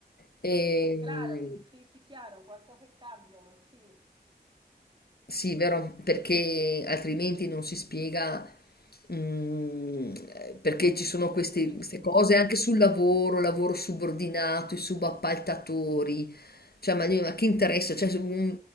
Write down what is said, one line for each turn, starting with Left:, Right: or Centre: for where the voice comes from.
Right: Mm,
Left: E,
Right: Claro, sì, sì, chiaro, qualcosa in cambio, sì,
Left: sì, vero, perché altrimenti non si spiega mm, perché ci sono
Right: potrebbe.
Left: questi- queste cose anche sul lavoro, lavoro subordinato, i subappaltatori, Cioè, ma, ma chi interessa? Cioè, se- mm,